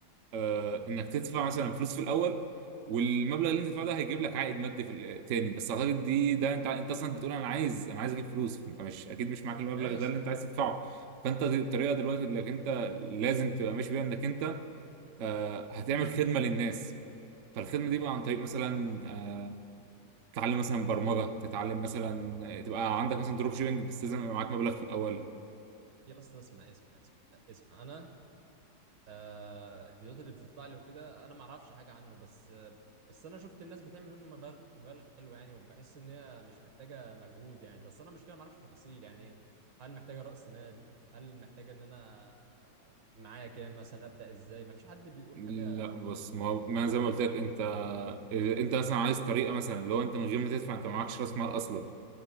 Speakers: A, on the right (about 60°); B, on the right (about 85°).
A: آه، انك تدفع مثلا فلوس في الاول والمبلغ اللي انت دفعته ده هيجيب لك عائد مادي في ال- تاني بس اعتقد دي ده انت انت اصلا بتقول انا عايز انا عايز اجيب فلوس انت مش اكيد مش معاك المبلغ
B: ماشي
A: ده اللي انت عايز تدفعه فانت دي الطريقه دلوقتي انك انت لازم تبقى ماشي بيها انك انت آه، هتعمل خدمه للناس فالخدمه دي بقى عن طريق مثلا آه، تتعلم مثلا برمجه تتعلم مثلا تبقى عندك مثلا دروب شيبنج بس لازم يبقى معاك مبلغ في الاول
B: يا اسطى اسمع اسمع اسمع اسمع انا آه الفيديوهات اللي بتطلع لي وكده انا ما اعرفش حاجه عنه بس آه بس انا شفت الناس بتعمل منه مبالغ مبالغ حلوه يعني وبحس ان هي مش محتاجه مجهود يعني بس انا المشكله ما اعرفش تفاصيل يعني إيه. هل محتاجه راس مال هل محتاجه ان انا معايا كام مثلا ابدا ازاي ما فيش حد بيقول
A: لا
B: حاجه
A: بص ما هو- ما زي ما قلت لك انت انت مثلا عايز طريقه مثلا لو انت من غير ما تدفع انت معكش راس مال اصلا